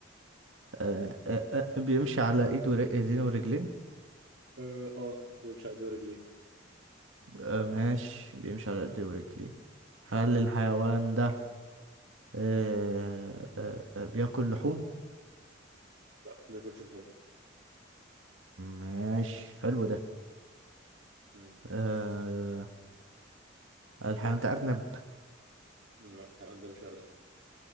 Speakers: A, on the right; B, on the right.
A: آه، آه، آه، بيمشي على ايد ور- ايدين ورجلين
B: اه آه، بيمشي على دور رجليه
A: آه، ماشي بيمشي على ايدين ورجلين هل الحيوان ده آه، آه، آه، بياكل لحوم
B: لا ما بياكلش لحوم
A: ماشي حلو ده
B: مم،
A: آه، الحيوان ده ارنب
B: لا الحيوان ده مش أرنب